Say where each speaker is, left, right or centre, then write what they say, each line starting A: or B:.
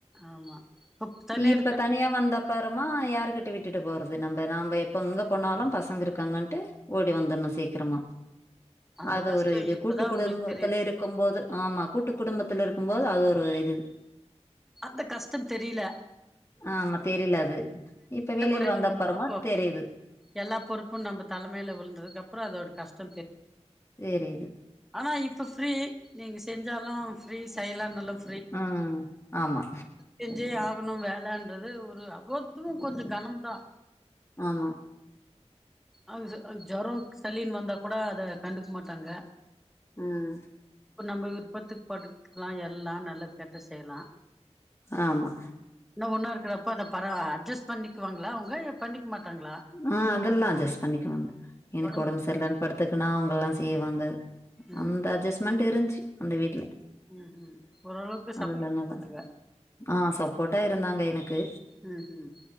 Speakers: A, in the centre; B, on the left.
A: ஆமா இப்ப தனியா
B: இப்ப
A: இருக்கு
B: தனியா வந்தப் பறமா யாருக்கிட்ட விட்டுட்டு போறது நம்ப நாம்ப எப்ப எங்க போனாலு பசங்க இருக்காங்கன்ட்டு ஓடி வந்தர்ணு சீக்கிரமா
A: அந்த
B: அது
A: கஷ்டோ
B: ஒரு இது
A: இப்பதா
B: கூட்டு குடும்பத்துல
A: உங்களுக்கு தெரியுது
B: இருக் கும் போது ஆமா கூட்டு குடும்பத்துல இருக்கும்போது அது ஒரு இது
A: அத்த கஷ்டந் தெரில
B: ஆமா தெரில அது இப்ப வெளில
A: முறையில
B: வந்தப்பறமா
A: இருக்கோ
B: தெரிது
A: எல்லா பொறுப்பு நம்ப தலமேல விழுந்ததுக்கப்றோ அதோட கஷ்டோ தெர்
B: தெரிது
A: ஆனா இப்ப ஃப்ரீ நீங்க செஞ்சாலு ஃப்ரீ செய்யலனாலு ஃ
B: ஆ ஆமா
A: செஞ்சே ஆகணு வேலன்றது ஒரு அவத்தும் கொஞ்சோ கனம் தா
B: ஆமா
A: அங்கு அங் ஜொரோ சளின்னு வந்தா கூட அத கண்டுக் மாட்டாங்க
B: ம்
A: இப்ப நம்ம விருப்பத்துக் படுக்கலா எல்லா நல்லது கெட்டது செய்லா
B: ஆமா
A: இன்னோ ஒன்னா இருக்கிறப்போ அந்த பரவ அட்ஜஸ்ட் பண்ணிக்குவாங்ளா அவுங்க இல்ல பண்ணிக்மாட்டாங்ளா
B: ஆ அதெல்லா அட்ஜஸ்ட் பண்ணிக்வாங்க எனக்கு
A: ஒடம்பு
B: ஒடம் சர்லன் படுத்துக்குனா அவங்க எல்லா செய்வாங்க
A: ம்
B: அந்த அட்ஜெஸ்மெண்ட் இருந்ச்சு அந்த வீட்ல
A: ம் ம் ஓரளவுக்கு
B: அதெல்லா நல்லா
A: சாப்டுவாங்க
B: ஆ சப்போட்டா இருந்தாங்க எனக்கு
A: ம் ம்